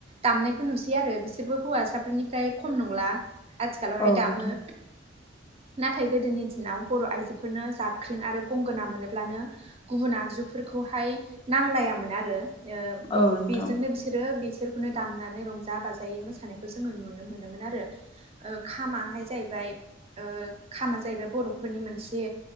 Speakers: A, on the right; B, on the left.
A: दामनायखौ नुसै आरो बिसोरबो हौवासाफोरनिफ्राय खम नंला आथिखालावहाय
B: नोंथां
A: दामो नाथाय गोदोनि दिनाव बर' आइजोफोरनो जाबख्रिं आरो गंगोना मोनोब्लानो गुबुन आगजुफोरखौहाय नांलायामोन आरो ओ
B: औ नोंथां औ नोंथां
A: बेजोंनो बि बिसोरो बिसोरखौनो दामनानै रंजा बाजायै मोसानायखौ जोङो नुनो मोनोमोन आरो ओ खामाहाय जाहैबाय ओ खामा जाहैबाय बर'फोरनि मोनसे